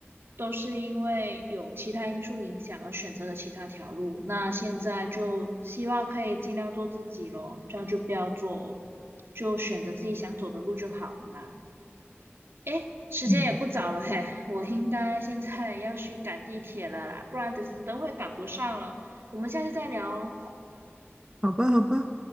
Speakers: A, on the right; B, on the right.
A: 都是因为有其他因素影响而选择了其他条路，那现在就希望可以尽量做自己咯，这样就不要做，就选择自己想走的路就好啦。诶，时间也不早了嘿，
B: 嗯，
A: 我应该现在要去赶地铁了啦，不然等等会赶不上了。我们下次再聊哦。
B: 好吧，好吧。